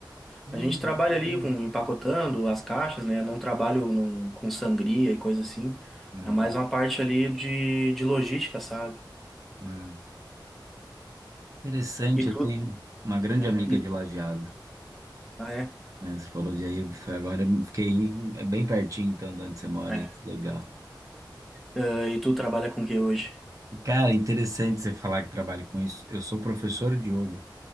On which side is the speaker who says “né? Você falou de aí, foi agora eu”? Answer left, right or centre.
Right